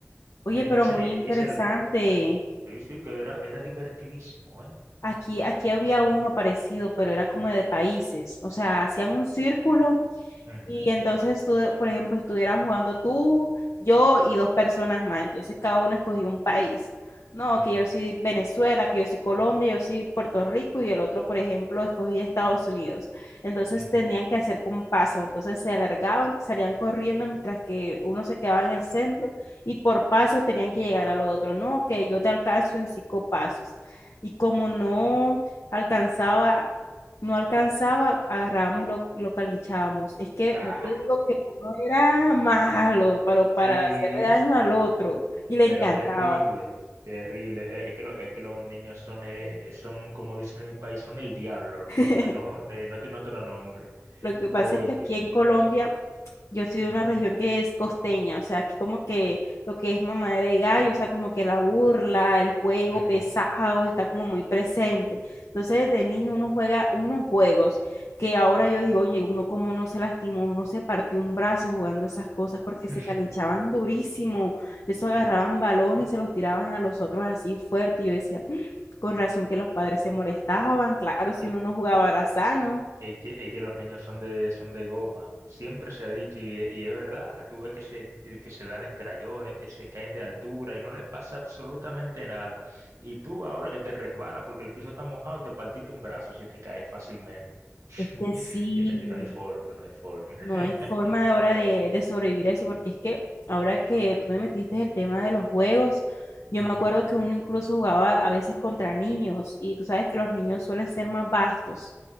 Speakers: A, on the left; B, on the right.
A: Oye,
B: Entonces
A: pero muy
B: e-
A: interesante.
B: ese es el reto. Sí, sí, que era, era divertidísimo, eh
A: Aquí, aquí había uno parecido, pero era como de países. O sea, hacían un círculo
B: Ujú,
A: Y entonces, tú, por ejemplo, estuvieran jugando tú, yo y dos personas más. Entonces, cada uno escogió un país. No,
B: ujú,
A: que yo soy Venezuela, que yo soy Colombia, yo soy Puerto Rico y el otro, por ejemplo, escogía Estados Unidos. Entonces,
B: ujú.
A: tenían que hacer compasos. Entonces, se alargaban, salían corriendo mientras que uno se quedaba en el centro y por pasos tenían que llegar al otro. No, que yo te alcanzo en cinco pasos. Y como no alcanzaba no alcanzaba, agarrábamos y lo, lo calinchábamos. Es que
B: Ah,
A: no te digo que uno era malo, pero para
B: sí.
A: hacerle daño al otro y le
B: Pero
A: encantaba.
B: terribles, terribles. Eh, Es que, lo- es que los niños son, eh, son, como dicen en mi país, son el diablo, los
A: <laughs>
B: niños. eh, No, eh, no tiene otro nombre.
A: Lo que pasa
B: Óyeme.
A: es que aquí en Colombia yo soy
B: Ujú,
A: de una región que es costeña, o sea, aquí como que lo que es mamadera y gallo, o sea, como que la burla, el juego
B: ujú.
A: pesado está como muy presente. Entonces, desde niño uno juega unos juegos que ahora yo digo, oye, uno como no se lastimó, uno se partió un brazo jugando esas cosas porque
B: <laughs>
A: se calinchaban durísimo, eso agarraban
B: Sí.
A: balón y se los tiraban a los otros así fuerte. Y yo decía, "Mm, con razón que los padres se molestaban, claro, si
B: Es,
A: uno no jugaba
B: es-
A: era sano.
B: es que, es que los niños son de, son de goma. Siempre se ha dicho, y, es y es verdad, tú ves que se, que se dan estrellones, que se caen de altura y no le pasa absolutamente nada. Y tú ahora que te resbala porque el piso está mojado, te partiste un brazo si te caes fácilmente.
A: Es
B: <laughs>
A: que sí,
B: Que no, que no hay forma, no hay forma.
A: No
B: <laughs>
A: hay forma de ahora de, de sobrevivir a eso, porque es que ahora que tú me metiste el tema de los juegos, yo
B: Ujú,
A: me acuerdo que uno incluso jugaba a veces contra niños y tú sabes que los niños suelen ser más vastos.